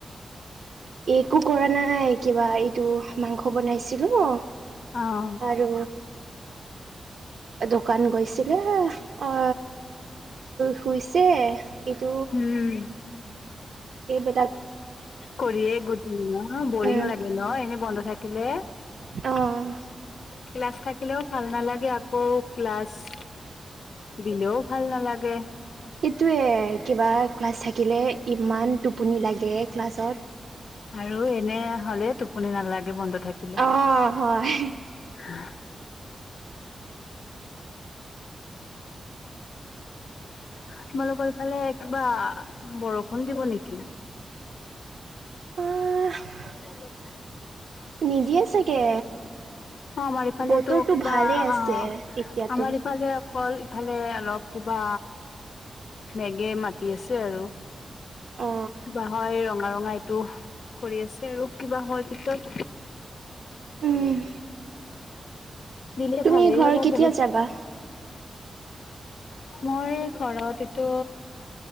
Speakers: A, on the right; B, on the left.
A: একো কৰা নাই কিবা এইটো মাংস বনাইছিলো।
B: অঁ'
A: আৰু দোকান গৈছিলে হে অ। শুইছে এইটো-
B: উম'
A: এই বিলাক-
B: কৰিয়ে গোট ন বৰিং
A: উম
B: লাগে ন এনেই বন্ধ থাকিলে।
A: অঁ'
B: ক্লাছ থাকিলেও ভাল নালাগে, আকৌ ক্লাছ- দিলেও ভাল নালাগে।
A: এইটোৱে কিবা ক্লাছ থাকিলে ইমান টোপনি লাগে ক্লাছত।
B: আৰু এনেই হলে টোপনি নালাগে বন্ধ থাকিলে।
A: অ হয়
B: <inaudible> তোমালোকৰ ইফালে কিবা বৰষুণ দিব নেকি?
A: অঁহ'
B: <unintelligible>
A: নিদিয়ে চাগে।
B: অঁ' আমাৰ ইফালেতো
A: বতৰটো
B: কিবা
A: ভালে আছে
B: অঁ
A: এতিয়াতো
B: আমাৰ ইফালে- কল ইফালে অলপ কিবা মেগে মাতি আছে আৰু।
A: অ
B: কিবা হয় এ ৰঙা ৰঙা এইটো কৰি আছে আৰু কিবা হয় পিছত-
A: উম'
B: দিলে
A: তুমি
B: ভালেই
A: ঘৰ
B: হ'ব
A: কেতিয়া
B: বহুত।
A: যাবা
B: মই ঘৰত এইটো-